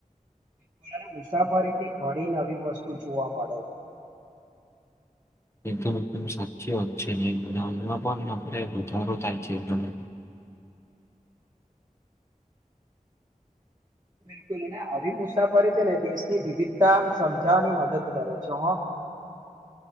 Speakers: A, on the right; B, on the left.
A: <unintelligible> અને મુસાફરીથી ઘણી નવી વસ્તુ જોવા મળે.
B: એકદમ-એકદમ સાચી વાત છે, ને બનાવમાં પણ આપણે વધારો થાય છે એકદમ.
A: <inaudible> બિલકુલ અને આવી મુસાફરી છે ને દેશની વિવિધતા આમ સમજાવવાની મદદ કરે છે હો.